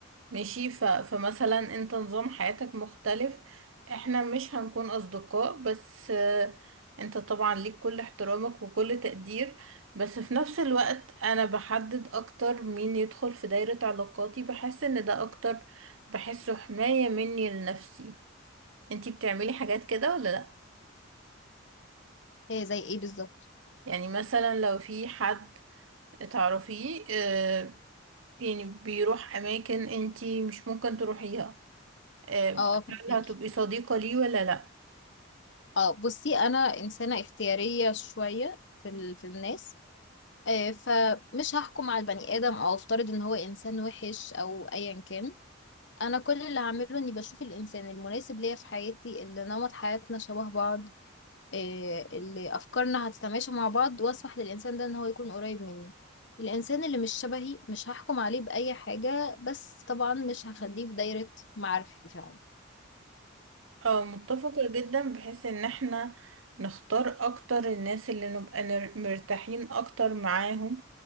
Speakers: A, on the right (about 70°); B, on the left (about 55°).
A: ماشي ف فمثلا انت نظام حياتك مختلف احنا مش هنكون اصدقاء بس آه، انت طبعا ليك كل احترامك وكل تقدير بس في نفس الوقت انا بحدد اكتر مين يدخل في دايرة علاقاتي بحس ان ده اكتر بحسه حماية مني لنفسي انتي بتعملي حاجات كده ولا لا
B: هي زي ايه بالظبط
A: يعني مثلا لو في حد تعرفيه آه، يعني بيروح أماكن انتي مش ممكن تروحيها آه،
B: اه فهمك
A: هل هتبقي صديقة ليه ولا لأ
B: اه بصي انا انسانه اختياريه شويه في ال... في الناس آه، فمش هحكم على البني ادم او افترض ان هو انسان وحش او ايا كان انا كل اللي هعمله اني بشوف الانسان المناسب ليا في حياتي اللي نمط حياتنا شبه بعض آه، اللي افكارنا هتتماشى مع بعض واسمح للانسان ده ان هو يكون قريب مني الانسان اللي مش شبهي مش هحكم عليه باي حاجه بس طبعا مش هخليه في دايره معارفي فعلا
A: اه متفقة جدا بحيث ان احنا نختار اكتر الناس اللي نبقى نر- مرتاحين اكتر معاهم